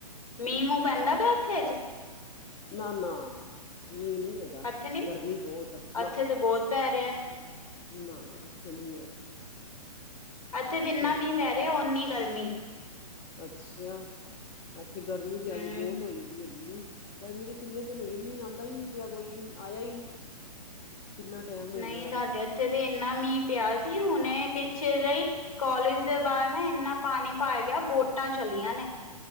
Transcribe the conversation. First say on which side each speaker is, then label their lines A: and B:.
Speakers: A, on the left; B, on the left.
A: ਮੀਂਹ-ਮੂੰਹ ਪੈਂਦੈ ਪੇਐ ਓਥੇ ਆੱਜ?
B: ਨਾ-ਨਾ, ਮੀਂਹ ਨੀ ਹੈਗਾ,
A: ਇੱਥੇ ਨੀ
B: ਗਰਮੀ ਬੋਤ, ਨਾ।
A: ਇੱਥੇ ਤੇ ਬਹੁਤ ਪੈ ਰੇਐ
B: ਨਾ, ਇੱਥੇ ਨੀ ਐ।
A: ਐਥੇ ਜਿੰਨਾ ਮੀਂਹ
B: ਹੀ
A: ਪੈ ਰੇਐ, ਓਨੀ ਗਰਮੀ।
B: ਅੱਛਾ, ਐਥੇ ਗਰਮੀ ਤੇ
A: ਹਮ
B: ਆੱਜ ਬੋਤ ਹੋਈ ਵੀ ਹੈਗੀ ਏ। ਗਰਮੀ ਤੇ ਕਿੰਨੇ ਦਿਨ ਹੋਈ ਏ, ਮੀਂਹ ਆਂਦਾ ਈ ਨੀ ਪੇਆ ਕੋਈ ਵੀ, ਆਏਆ ਈ ਨੀ, ਕਿੰਨਾ ਟਾਈਮ ਹੋ
A: ਨਈ,
B: ਗਿਆ
A: ਸਾਡੇ
B: ਵੇ
A: ਉਥੇ ਤੇ ਇੰਨਾ ਮੀਂਹ ਪੇਆ ਸੀ, ਹੁਨੇ ਪਿੱਛੇ ਜੇਈ ਕੋਲੇਜ ਦੇ ਬਾਰ ਨਾ ਇੰਨਾ ਪਾਨੀ ਭਾਰ ਗੇਆ, ਬੋਟਾਂ ਚੱਲੀਆਂ ਨੇ।